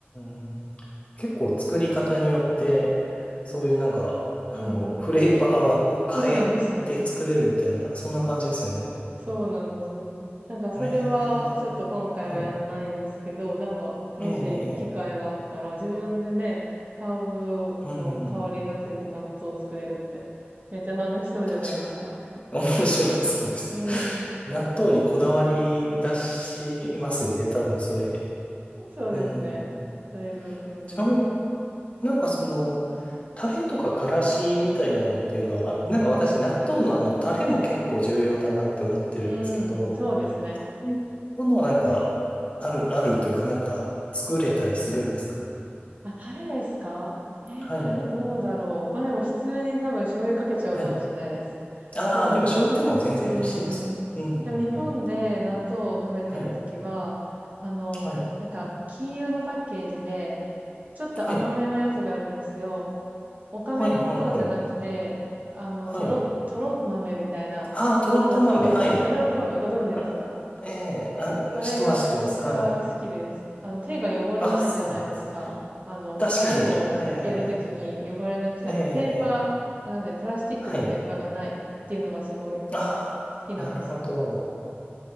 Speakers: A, on the left; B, on the right.
A: ん、結構作り方によって、そういうなんか、あの、
B: うんうん。
A: フレーバーも変えて作れるみたいな、
B: そうなんですよ。
A: そんな感じですよね。
B: そうなんです、そうなんです。なんか、それは、
A: ええ、
B: ちょっと今回はやんないですけど、
A: はい。
B: なんか、もし機会があったら、
A: ええ、
B: 自分でね、ハーブの香りがついた納豆を作れるって、
A: うん、
B: めっちゃ楽しそうじゃないですか。
A: 確かに。面白そうです
B: うん。
A: ね。<laughs> 納豆にこだわり出しますよね、多分それ。
B: そうですね。
A: うん。
B: だいぶ、うんうん。
A: ちなみになんかその、タレとかからしみたいなのっていうのは、なんか私、
B: うんう
A: 納豆のあの、タレも結構重要だなって思ってるんですけど、
B: ん。うん、そうですね。
A: そういうものはなんか、ある、あるというか、なんか、作れたりするんですか
B: あ、タレですか？えー、
A: はい。
B: タレどうだろう。ま、でも普通に多分醤油かけちゃうかもしれないです。
A: はい。ああ、
B: でも、
A: でも醤油でも全然美味しいですもんね。
B: うーん、でも日本で納豆を食べてるときは、
A: うんうんうん。はい。
B: あの、
A: はい。
B: かなんか黄色のパッケージで、ちょっと甘めのやつがあるんですよ。
A: はい。
B: おかめ納豆じゃなくて、
A: はい、はい、はい。
B: あの、
A: はい。
B: とろとろ豆みたいな、
A: ああ、とろっと豆。
B: 納豆ご存知あ、
A: はい。
B: とろとろ豆ご存知ですか？
A: あ、ええあ、
B: あれがめっちゃ好きです。
A: 知ってます、知ってます。はい。
B: あの、手が汚れないじゃないですか。
A: あ、そうなんです。
B: あの、
A: 確かに。
B: タレをやるときに汚れなくて、
A: はい、はい、はい。ええええ
B: あの、ペーパー、なんで、プラスチックのペーパーがないっていうのがすごい好
A: はい。ああ、
B: きなんですよ。
A: なるほど。